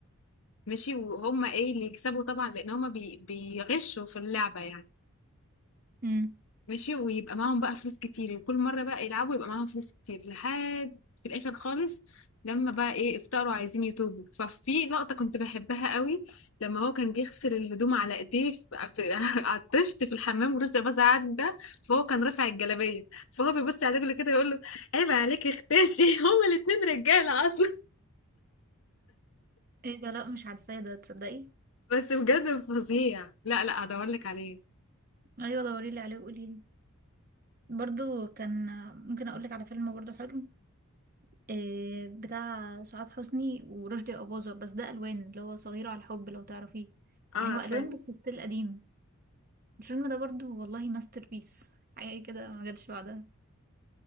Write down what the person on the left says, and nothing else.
ماشي وهما ايه اللي يكسبوا طبعا لأن هما بي... بيغشوا في اللعبة يعني
ماشي ويبقى معاهم بقى فلوس كتير وكل مرة بقى يلعبوا يبقى معاهم فلوس كتير لحد في الآخر خالص لما بقى ايه افتقروا عايزين يتوبوا ففي لقطة كنت بحبها قوي لما هو كان بيغسل الهدوم على ايديه في... في... <laughs> على الطشت في الحمام ورزق باظ عدى فهو كان رافع الجلابية فهو بيبص على رجله كده بيقول له عيب عليك اختشي <laughs> هما الاتنين رجالة اصلا
بس بجد فظيع لا لا هدور لك عليه
اه
عارفاه